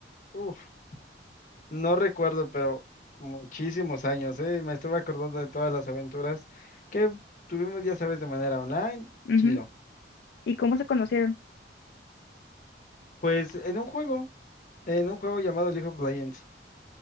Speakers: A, on the left; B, on the left.
A: Uf, no recuerdo, pero muchísimos años, ¿eh? Me estuve acordando de todas las aventuras que tuvimos, ya sabes, de manera online,
B: Ujú.
A: chilo.
B: ¿Y cómo se conocieron?
A: Pues en un juego, en un juego llamado League of Legends.